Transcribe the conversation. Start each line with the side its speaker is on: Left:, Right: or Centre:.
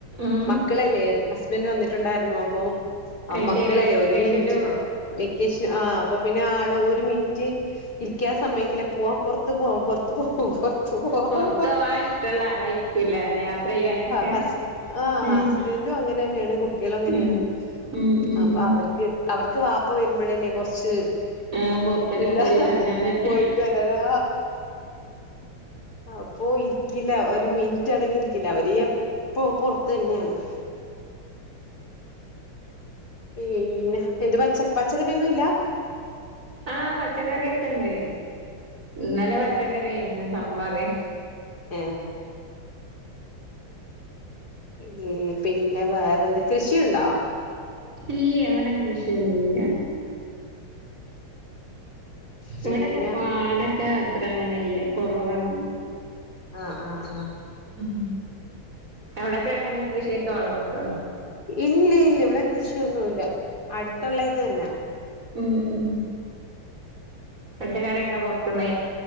Right: ഉം
Left: മക്കളല്ലേ ഹസ്ബൻഡ് വന്നിട്ടുണ്ടായിരുന്നോ അപ്പൊ. ആ
Right: അത്
Left: മക്കളല്ലേ
Right: ശരി വെക്കേഷനില്
Left: ഒരു മിനിറ്റ് വെക്കേഷൻ ആഹ് അപ്പൊ പിന്നെ ആള് ഒരു മിനിറ്റ് ഇരിക്കാൻ സമ്മയ്ക്കൂല്ല പോവാ പൊറത്ത് പോവാ പൊറത്ത് പോവാ പൊറത്ത് പോവാ
Right: പൊറത്ത് പോവാൻ
Left: <unintelligible>
Right: ഇഷ്ടള്ള ആളായിരിക്കൂല്ലേ യാത്ര ചെയ്യാനൊക്കെ
Left: ഹസ്. ആഹ്
Right: ഉം
Left: ഹസ്ബൻഡും അങ്ങനെന്നെയാണ് കുട്ട്യേളും അങ്ങനെയാണ്.
Right: ഉം ഉം ഉം
Left: അപ്പൊ അവർക്ക് അവർക്ക് വാപ്പ വരുമ്പോഴല്ലേ കൊറച്ച്.
Right: ആം പൊർത്തൊക്കെ
Left: എന്താ
Right: പോയി കറങ്ങാൻ പറ്റി.
Left: പോയിട്ട് വരാനാ അപ്പൊ ഇരിക്കില്ല ഒരു മിനി റ്റടങ്ങിയിരിക്കില്ല അവര് എപ്പം പൊർത്തെന്നെണ്. <unintelligible> പിന്നെ, എന്ത് പച്ച പച്ചക്കറിയൊന്നും ഇല്ലാ.
Right: ആഹ് പച്ചക്കറിയൊക്കെ ഇണ്ട് ഇന്നലെ പച്ചക്കറി ആയിര്ന്ന് സാമ്പാറ്.
Left: ഏഹ് ഉം പിന്നെ, വേറെന്താ കൃഷിയ്ണ്ടോ?
Right: ഇല്ല്യ, ഇവ്ടെ കൃഷിയൊന്നുല്ല്യ.
Left: പിന്നെ
Right: ഇവ്ടൊക്കെ പാടൊക്കെ. അത്ര അങ്ങനെല്ല്യ കൊറവാണ്.
Left: ആഹ് ആഹ് ആഹ്.
Right: ഉം അവിടൊക്കെ എങ്ങനെ കൃഷിയൊക്കെ വളർത്തോ?
Left: ഇല്ല്യ ഇല്ല്യ ഇവിടെ കൃഷിയൊന്നുല്ല്യ അടുത്തുള്ള ഇത് തന്നെ.
Right: ഉം ഉം പച്ചക്കറിയൊക്കെ പൊറത്ത്ന്ന